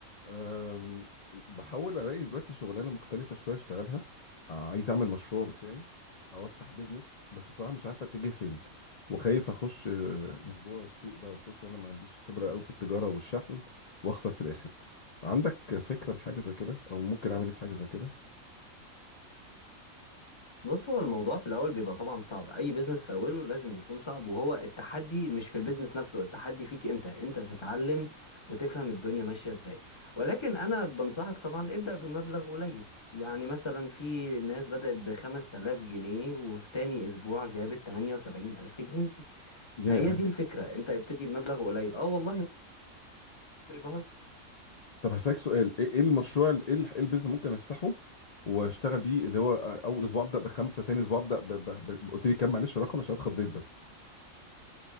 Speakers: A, on the left; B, on the left.
A: أم، بحاول الاقي دلوقتي شغلانه مختلفه شويه اشتغلها آه، عايز اعمل مشروع بتاعي او افتح بيزنس بس بصراحه مش عارف اتجه فين وخايف اخش أه، موضوع السوق ده واخش وانا ما عنديش خبره قوي في التجاره والشحن واخسر في الاخر عندك فكره لحاجه زي كده او ممكن اعمل ايه في حاجه زي كده
B: بص هو الموضوع في الاول بيبقى طبعا صعب اي بيزنس في اوله لازم يكون صعب وهو التحدي مش في البيزنس نفسه التحدي فيك انت انت تتعلم وتفهم الدنيا ماشيه ازاي ولكن انا بنصحك طبعا ابدا بمبلغ قليل يعني مثلا في ناس بدات ب 5000 جنيه وفي تاني اسبوع جابت 78000 جنيه
A: ياه
B: فهي دي الفكره انت ابتدي بمبلغ قليل اه والله مش بهزر
A: طب هسألك سؤال ايه إيه المشروع ال- ايه ال- إيه البيزنس ممكن افتحه واشتغل بيه اللي هو اول اسبوع ابدا بخمسه تاني اسبوع ابدا ب... ب... ب... قلت لي كام معلش رقم عشان اتخضيت بس